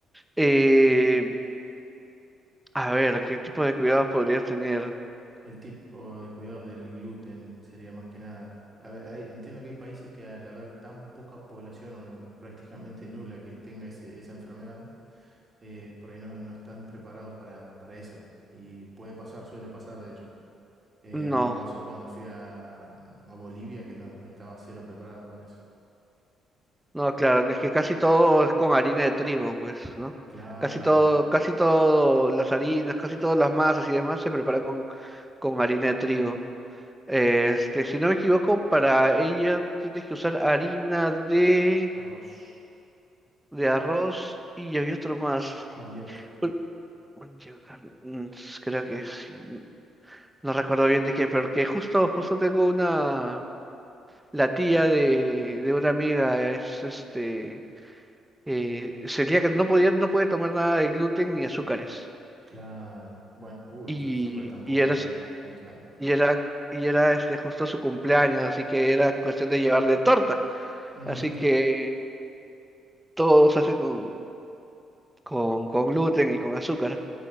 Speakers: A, in the centre; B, on the right.
A: Eh, a ver, ¿qué tipo de cuidados podrías tener?
B: El tipo de cuidados del gluten sería más que nada. A ver, hay- entiendo que hay países que al haber tan poca población o no- prácticamente nula que tenga ese- esa enfermedad, eh, por ahí no, no están preparados para, para eso. Y puede pasar, suele pasar, de hecho. Eh,
A: No,
B: a mí me pasó cuando fui a, mm, a Bolivia que no estaba cero preparado para eso.
A: no, claro, que es que casi todo es con harina de trigo, pues, ¿no?
B: Claro,
A: Casi todo, casi todo las harinas, casi todas las masas y demás se prepara con, con harina de trigo. Este, si no me equivoco, para ella tienes que usar harina de,
B: arroz,
A: de arroz y había otro más.
B: mandioca,
A: Uy, un yogur, mm, Creo que sí. mm, No recuerdo bien de qué, pero que justo, justo tengo una, la tía de, de una amiga es este, eh, celíaca, no podía, no puede tomar nada de gluten ni azúcares.
B: claro. Bueno, uy,
A: Y,
B: Sócrates tampoco
A: y era,
B: está
A: s-
B: complicada.
A: y era, y era este, justo su cumpleaños, así que era cuestión de llevarle torta.
B: Ujú,
A: Así que todo se hace con, con, con gluten y con azúcar.